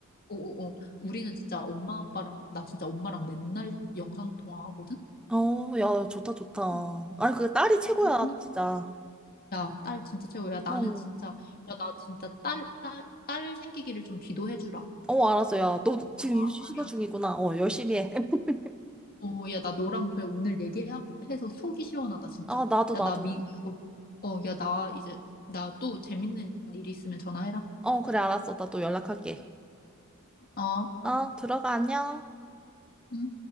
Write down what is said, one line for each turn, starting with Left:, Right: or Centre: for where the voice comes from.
Left: 오오오. 우리는 진짜 엄마 아빠랑 나 진짜 엄마랑 맨날 영상 통화하거든.
Centre: 어, 야, 좋다, 좋다.
Left: 응.
Centre: 아니, 그 딸이 최고야,
Left: 어, 그니까.
Centre: 진짜.
Left: 야, 딸 진짜 최고야. 나는
Centre: 어,
Left: 진짜 야, 나 진짜 딸 딸 딸 생기기를 좀 기도해 주라.
Centre: 어, 알았어, 야. 너
Left: 어,
Centre: 지금
Left: 아야.
Centre: 인수 시도 중이구나. 어, 열심히 해. <laughs>
Left: 어, 야, 나 너랑 그래 오늘 얘기하고 해서 속이 시원하다 진짜.
Centre: 아, 나도, 나도.
Left: 야, 나 미, 어, 어, 야, 나 이제 나 또 재밌는 일 있으면 전화해라.
Centre: 어, 그래, 알았어. 나 또 연락할게.
Left: 어.
Centre: 어, 들어가, 안녕.
Left: 응.